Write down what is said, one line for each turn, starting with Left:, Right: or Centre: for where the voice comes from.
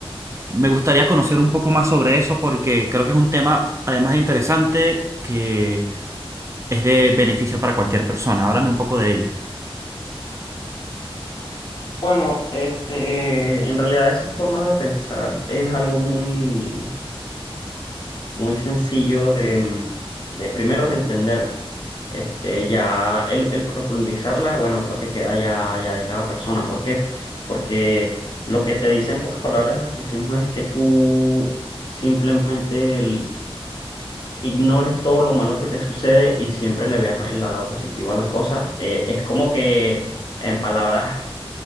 Right: Me gustaría conocer un poco más sobre eso porque creo que es un tema, además de interesante, que es de beneficio para cualquier persona. Háblame un poco de ello.
Left: bueno, este, en realidad esa forma de pensar es algo muy, muy sencillo de, mm, de primero de entender. Este, ya el, el profundizarla, bueno, creo que queda ya, ya de cada persona. ¿Por qué? Porque lo que te dice en pocas palabras el estoicismo es que tú simplemente ignores todo lo malo que te sucede y siempre le veas el lado positivo a las cosas. Eh, es como que en palabras